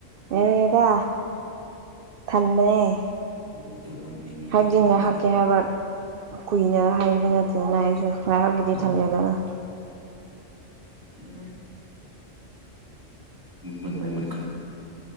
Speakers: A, on the right (about 60°); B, on the right (about 15°).
A: ꯌꯥꯔꯦꯗ ꯊꯟꯕꯅꯦ
B: ꯂꯣꯏꯗꯕ ꯃꯤꯃꯤ ꯄꯦꯀꯦꯠ
A: ꯍꯥꯏꯝꯗꯤ ꯉꯥꯏꯍꯛꯀꯤ
B: ꯑꯃꯅ
A: ꯍꯥꯏꯕ ꯀꯨꯏꯅ ꯍꯥꯏꯕꯗꯤ ꯅꯠꯇꯦꯗꯅ ꯑꯩ ꯁ ꯉꯥꯏꯍꯥꯛꯀꯤꯗꯤ
B: ꯏ
A: ꯊꯜꯂꯦ ꯗꯅ
B: ꯎꯝ <unintelligible> ꯕꯨꯠ ꯃꯩ ꯃꯨꯠꯈꯔ꯭ꯦ